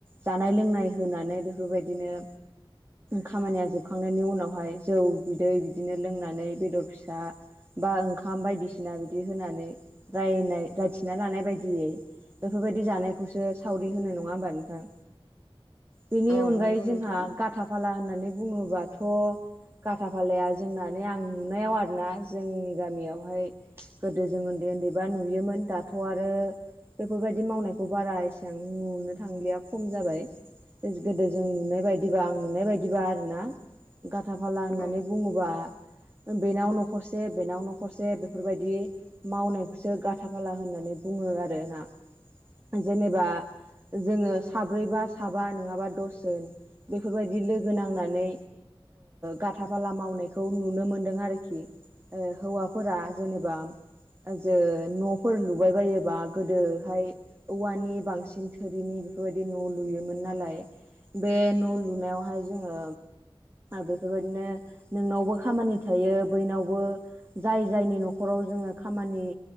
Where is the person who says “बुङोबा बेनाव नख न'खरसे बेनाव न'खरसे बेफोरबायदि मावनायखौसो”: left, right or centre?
Right